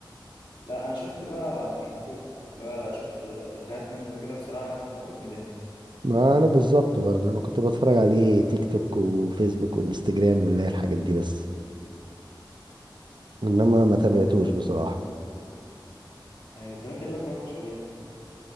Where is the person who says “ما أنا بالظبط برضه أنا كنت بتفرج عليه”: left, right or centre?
Right